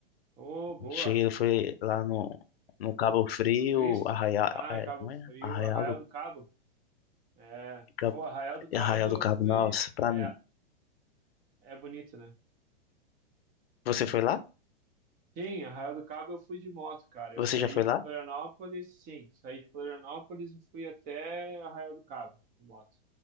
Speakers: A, on the right; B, on the left.
A: Oh, boa.
B: cheguei, foi lá no, no Cabo Frio,
A: No Cristo.
B: Arraial,
A: Ah,
B: é,
A: em Cabo
B: como
A: Frio,
B: é? Arraial
A: Arraial
B: do
A: do Cabo. É.
B: Cabo,
A: Pô, Arraial do Cabo
B: Arraial do
A: eu
B: Cabo,
A: fui.
B: nossa, pra
A: É,
B: mim.
A: é bonito, né?
B: Você foi lá?
A: Sim, Arraial do Cabo eu fui de moto, cara. Eu
B: Você
A: saí
B: já foi
A: de
B: lá?
A: Florianópolis, sim, saí de Florianópolis e fui até Arraial do Cabo de moto.